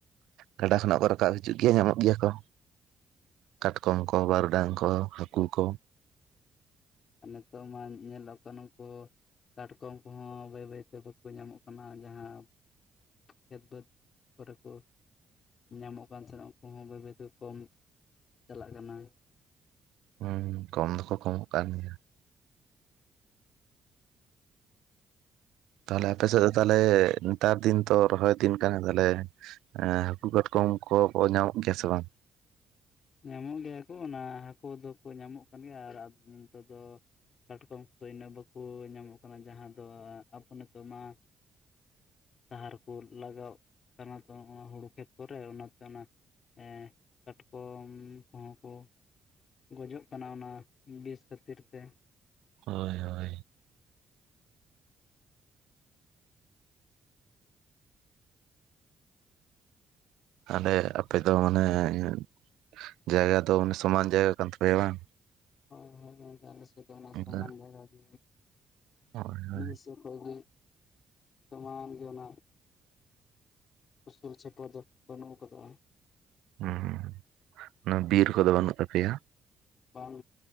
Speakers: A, on the right; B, on the left.
A: ᱜᱟᱰᱟ ᱠᱷᱚᱱᱟᱜ ᱠᱚ ᱨᱟᱠᱟᱵ ᱦᱤᱡᱩᱜ ᱜᱮᱭᱟ ᱧᱟᱢᱚᱜ ᱜᱮᱭᱟ ᱠᱚ᱾ ᱠᱟᱴᱠᱚᱢ ᱠᱚ, ᱵᱟᱨᱩᱜᱰᱟᱝ ᱠᱚ, ᱦᱟᱹᱠᱩ ᱠᱚ,
B: ᱟᱨ ᱱᱤᱛᱳᱜ ᱢᱟ ᱧᱮᱞᱚᱜ ᱠᱟᱱᱟ ᱩᱱᱠᱩ ᱠᱟᱴᱠᱚᱢ ᱠᱚᱦᱚᱸ ᱵᱟᱹᱭ ᱵᱟᱹᱭᱛᱮ ᱵᱟᱠᱚ ᱧᱟᱢᱚᱜ ᱠᱟᱱᱟ ᱡᱟᱦᱟᱸ ᱠᱷᱮᱛ ᱵᱟᱫᱽ ᱠᱚᱨᱮ ᱠᱚ ᱧᱟᱢᱚᱜ ᱠᱟᱱ ᱛᱟᱦᱮᱸᱱᱟ ᱩᱝᱠᱩ ᱦᱚᱸ ᱵᱟᱹᱭ ᱵᱟᱹᱭ ᱛᱮ ᱠᱚᱢ ᱪᱟᱞᱟᱜ ᱠᱟᱱᱟ᱾
A: ᱦᱩᱸ ᱦᱩᱸ ᱠᱚᱢ ᱫᱚᱠᱚ ᱠᱚᱢᱚᱜ ᱠᱟᱱ ᱜᱮᱭᱟ᱾ ᱛᱟᱦᱚᱞᱮ ᱟᱯᱮ ᱥᱮᱫ ᱫᱚ ᱛᱟᱦᱚᱞᱮ ᱱᱮᱛᱟᱨ ᱫᱤᱱ ᱛᱚ ᱨᱚᱦᱚᱭ ᱫᱤᱱ ᱠᱟᱱᱟ ᱛᱟᱦᱚᱞᱮ, ᱮᱸ ᱦᱟᱹᱠᱩ ᱠᱟᱴᱠᱚᱢ ᱠᱚᱠᱚ ᱧᱟᱢᱚᱜ ᱜᱮᱭᱟ ᱥᱮ ᱵᱟᱝ?
B: ᱧᱟᱢᱚᱜ ᱜᱮᱭᱟ ᱠᱚ, ᱚᱱᱟ ᱦᱟᱹᱠᱩ ᱫᱚᱠᱚ ᱧᱟᱢᱚᱜ ᱠᱟᱱ ᱜᱮᱭᱟ ᱟᱨ ᱱᱤᱛᱚᱜ ᱫᱚ ᱠᱟᱴᱠᱚᱢ ᱠᱚᱫᱚ ᱤᱱᱟᱹᱜ ᱵᱟᱠᱚ ᱧᱟᱢᱚᱜ ᱠᱟᱱᱟ ᱡᱟᱦᱟᱸ ᱫᱚ ᱟᱵᱚ ᱱᱤᱛᱚᱜ ᱢᱟ ᱥᱟᱦᱟᱨ ᱠᱚ ᱞᱟᱜᱟᱣ ᱠᱟᱱᱟ ᱛᱚ ᱦᱚᱸᱜ ᱚᱱᱟ ᱦᱩᱲᱩ ᱠᱷᱮᱛ ᱠᱚᱨᱮ ᱚᱱᱟᱛᱮ ᱚᱱᱟ ᱮᱸᱻ ᱠᱟᱴᱠᱚᱢ ᱠᱚᱦᱚᱸ ᱠᱚ ᱜᱚᱡᱚᱜ ᱠᱟᱱᱟ ᱚᱱᱟ ᱵᱤᱥ ᱠᱷᱟᱹᱛᱤᱨ ᱛᱮ᱾
A: ᱦᱳᱭ ᱦᱳᱭ᱾ ᱦᱟᱰᱮ ᱟᱯᱮ ᱫᱚ ᱢᱟᱱᱮ ᱮᱸ ᱡᱟᱭᱜᱟ ᱫᱚ ᱥᱚᱢᱟᱱ ᱡᱟᱭᱜᱟ ᱠᱟᱱ ᱛᱟᱯᱮᱭᱟ ᱵᱟᱝ?
B: ᱦᱳᱭ ᱦᱳᱭ ᱟᱞᱮ ᱥᱮᱫ ᱫᱚ
A: ᱚᱱᱠᱟ
B: ᱥᱚᱢᱟᱱ ᱡᱟᱭᱜᱟ ᱜᱮ
A: ᱦᱳᱭ ᱦᱳᱭ
B: <unintelligible> <unintelligible> ᱥᱚᱢᱟᱱ ᱜᱮ ᱚᱱᱟ ᱩᱥᱩᱞ ᱪᱮᱯᱚ ᱫᱚ ᱵᱟᱹᱱᱩᱜ ᱟᱠᱟᱫᱟ᱾
A: ᱦᱩᱸ ᱦᱩᱸ ᱵᱤᱨ ᱠᱚᱫᱚ ᱵᱟᱹᱱᱩᱜ ᱛᱟᱯᱮᱭᱟ?
B: ᱵᱟᱝ